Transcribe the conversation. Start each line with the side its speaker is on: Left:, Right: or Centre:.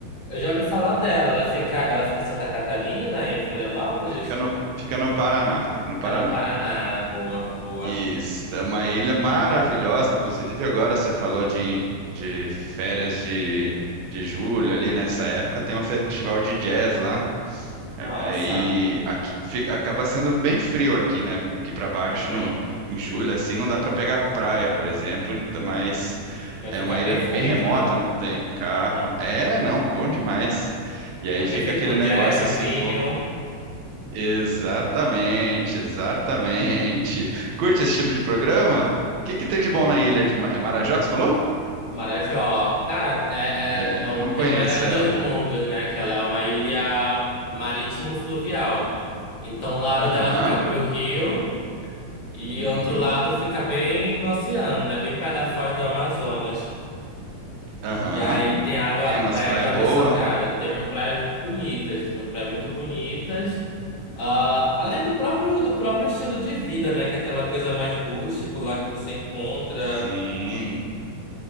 Left: Eu já ouvi falar dela. Ela fica, ela fica em Santa Catarina, em Florianópolis?
Right: Fica no, fica no Paraná, fica aqui no
Left: Fica
Right: Paraná.
Left: no Paraná. Boa, boa.
Right: Isso, é uma ilha maravilhosa, inclusive agora você falou de, de férias de, de julho ali nessa época, tem um festival de jazz lá, aí
Left: Nossa,
Right: aqui fica, acaba sendo bem frio aqui, né, aqui para baixo
Left: uhum.
Right: no, em julho, assim, não dá para pegar praia, por exemplo, então, mas
Left: Vai
Right: é
Left: ficar
Right: uma ilha
Left: perfeito,
Right: bem remota,
Left: né?
Right: não tem carro,
Left: Uhum.
Right: é, não, bom demais, e aí
Left: Fica
Right: fica
Left: perfeito
Right: aquele
Left: para um
Right: negócio
Left: jazz, um
Right: assim,
Left: vinho.
Right: Exatamente, exatamente. Curte
Left: <laughs>
Right: esse tipo de programa? O que que tem de bom na ilha de Ma- é Marajó, que você falou?
Left: Marajó. Cara, é,
Right: É,
Left: é, é o,
Right: eu não
Left: tem
Right: conheço
Left: o melhor de
Right: ela.
Left: dois mundos, né? Que ela é uma ilha marítimo-fluvial. Então, um lado
Right: Aham,
Left: dela fica pro rio e
Right: uhum,
Left: outro lado fica bem no oceano, né? Bem pé da foz do Amazonas.
Right: aham.
Left: E aí tem água,
Right: Tem umas
Left: praia
Right: praias
Left: de água
Right: boas?
Left: salgada. Tem umas praias muito bonitas, tem umas praias muito bonitas. Ah, além do próprio, do próprio estilo de vida, né? Que é aquela coisa mais rústico
Right: Sim.
Left: lá que você encontra.
Right: Sim,